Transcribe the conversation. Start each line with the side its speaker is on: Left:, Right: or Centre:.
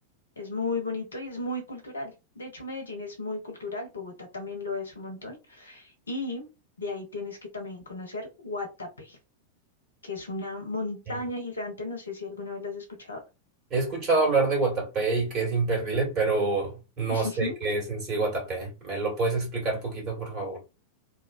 Left: Es muy bonito y es muy cultural. De hecho, Medellín es muy cultural, Bogotá también lo es un montón. Y de ahí tienes que también conocer Guatapé, que es una montaña
Right: Mm.
Left: gigante, no sé si alguna vez la has escuchado.
Right: He escuchado hablar de Guatapé y que es imperdible, pero no sé
Left: Ujú.
Right: qué
Left: <laughs>
Right: es en sí Guatapé. ¿Me lo puedes explicar poquito, por favor?